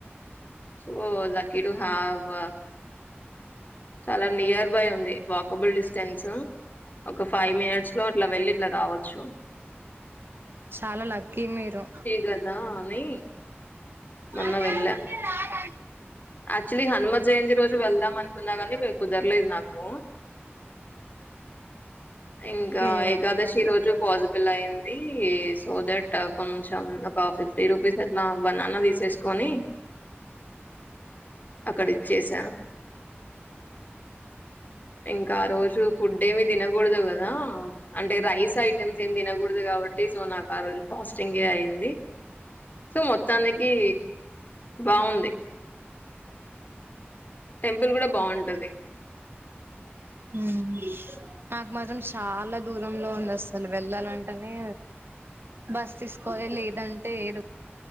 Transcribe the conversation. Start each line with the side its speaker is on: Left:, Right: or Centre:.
Left: సో లక్కి టు హావ్వ చాలా నియర్ బై ఉంది. వాకబుల్ డిస్టెన్స్ ఉ ఒక ఫైవ్ మినట్స్ లో అట్ల వెళ్లి ఇట్ల రావొచ్చు.
Right: చాలా లక్కీ మీరు
Left: కదా అని
Right: బజార్
Left: మొన్న వెళ్ళా
Right: నుండి రాదా
Left: యాక్చువల్లీ హనుమ జయంతి రోజు వెళ్దాం అనుకున్నా గాని కుదర్లేదు నాకు. ఇంకా
Right: ఓకే
Left: ఏకాదశి రోజు పాజిబుల్ అయింది. సో దట్ ఆ కొంచెం ఒక ఫిఫ్టీ రూపీస్ అట్లా బనానా తీసేస్కుని అక్కడిచ్చేస ఇంకా ఆ రోజు ఫుడ్ ఏమి కూడదు కదా అంటే రైస్ ఐటమ్స్ ఏమి తినకూడదు కాబట్టి సో నాకు ఆ రోజు ఫాస్టింగే అయింది సో మొత్తం తనకి బాగుంది టెంపుల్ కూడా బాంటది
Right: హ్మ్ నాకు మాత్రం చాలా దూరంలో ఉంది అసలు వెళ్ళాలంటేనే బస్ తీసుకోవాలి లేదంటే ఏదో